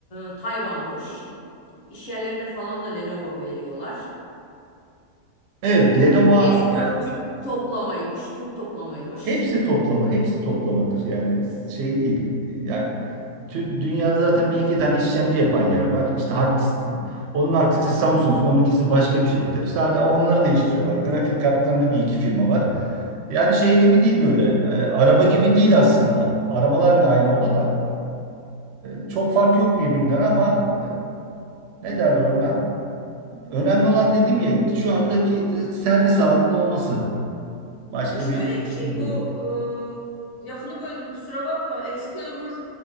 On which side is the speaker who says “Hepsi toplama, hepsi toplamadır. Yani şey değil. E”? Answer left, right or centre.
Right